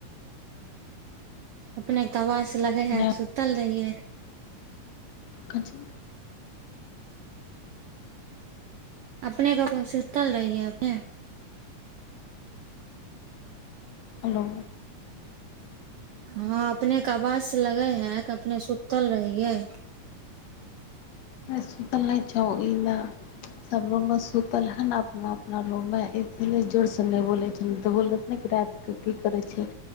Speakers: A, on the right; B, on the left.
A: अपने तवा से लगे है
B: नहि
A: सुतल रहियै।
B: क छै
A: अपने क सुतल रहिए अपने
B: हेलो
A: हँ अपनेके आवाज से लगै है क अपने सुतल रहियै।
B: नहि सुतल नहि छौ। ई नहि सभ रूममे सुतल हइ ने अपना अपना रूममे इसीलिए जोरसँ नहि बोलै छौ। तऽ बोलत ने कि रातिकेँ की करै छिय